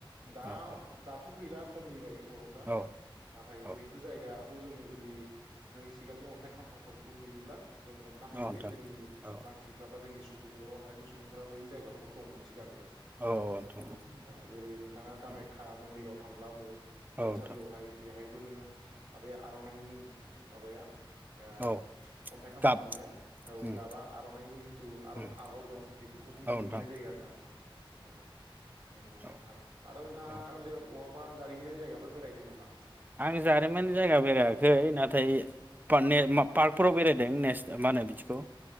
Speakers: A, on the right; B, on the right.
A: दा
B: औ औ
A: दाथ' गै ला खमैबाय बर'फ्रा
B: औ
A: नाथाय
B: औ
A: बैफोर जायगाखौ जों जुदि जों सिगांनि अन्थाइ खाम्फाफोरखौ नुयोब्ला जों हमनो हायो
B: नोंथां
A: जे जोंनि
B: औ
A: मानसिफ्रा बा जोंनि सु बुं बर' हारिनि सुबुंफोरा बै जायगाखौनो दंमोन सिगांग्रो
B: औ नोंथां
A: औ नोंथां जेरै नोंथाङा कामायखा
B: औ
A: मन्दिराव थांब्लाबो थानसालियावहाय
B: औ नोंथां
A: बेहाय बो नोङो आबाया बै आर'नाइनि माबाया ओ
B: औ
A: अन्थाइ खाम्फा
B: गाब
A: दामनाया औ
B: उम
A: गाबा आर'नाइनि जिथु
B: उम
A: आगर दं बेफोरखौ नुनो
B: औ नोंथां
A: मोननाय जायो आर ना औ नंगौ
B: औ
A: नोंथां ओंथाङा
B: औ
A: जेरावबो बहाबा जारिमिनारि जायगाफोर बेरायदों नामा
B: आं जारिमिन जायगा बेरायाखै नाथाय पारने मा पार्कफोराव बेरायदों नेस मा होनो बिदिखौ